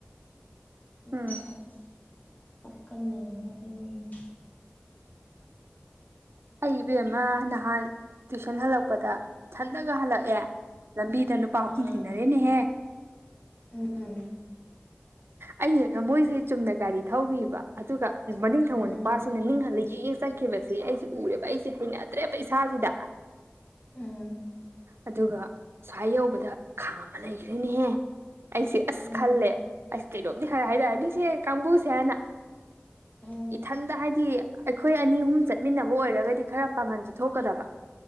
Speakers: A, on the right; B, on the left.
A: ꯎꯝ
B: ꯗ ꯄꯀꯟꯗꯅ <inaudible>
A: ꯑꯩꯕꯦꯝꯃ ꯅꯍꯥꯟ ꯇꯨꯏꯁꯟ ꯍꯜꯂꯛꯄꯗ ꯁꯜꯂꯒ ꯍꯜꯂꯛꯑꯦ ꯂꯝꯕꯤꯗ ꯅꯨꯄꯥ
B: ꯑꯥ
A: ꯑꯍꯨꯝ ꯊꯦꯡꯅꯔꯦꯅꯦꯍꯦ
B: ꯎꯝ
A: ꯑꯩ ꯍ ꯃꯣꯏꯁꯦ ꯆꯨꯝꯅ ꯒꯥꯔꯤ ꯊꯧꯈꯤꯕ ꯑꯗꯨꯒ ꯃꯅꯤꯡ ꯊꯋꯥꯜ
B: ꯎꯝ
A: ꯅꯨꯄꯥꯁꯤꯅ ꯅꯤꯡꯍꯜꯂ ꯌꯦꯛꯑꯦ ꯆꯠꯈꯤꯕꯁꯦ ꯑꯩꯁ ꯎꯔꯦꯕ ꯑꯩꯁꯦ ꯍꯩꯅꯗ꯭ꯔꯦ ꯄꯩꯁꯥꯁꯤꯗ
B: ꯎꯝ
A: ꯑꯗꯨꯒ ꯁꯨꯋꯥꯏ ꯌꯧꯕꯗ ꯈꯥ ꯑꯃ ꯂꯩꯈ꯭ꯔꯦꯅꯦꯍꯦ ꯑꯩꯁꯦ ꯑꯁ
B: ꯎꯝ
A: ꯈꯜꯂꯦ ꯑꯁ ꯀꯩꯅꯣꯝꯗꯤ ꯈꯔ ꯍꯥꯏꯔꯛꯑꯅꯤꯁꯦ ꯀꯥꯡꯕꯨꯁꯦ ꯍꯥꯏꯅ
B: ꯎꯝ
A: ꯏꯊꯟꯗ ꯍꯥꯏꯗꯤ ꯑꯩꯈꯣꯏ ꯑꯅꯤ ꯑꯍꯨꯝ ꯆꯠꯃꯤꯟꯅꯕ ꯑꯣꯏꯔꯒꯗꯤ ꯈꯔ ꯄꯥꯡꯒꯟꯁ ꯊꯣꯛꯀꯗꯕ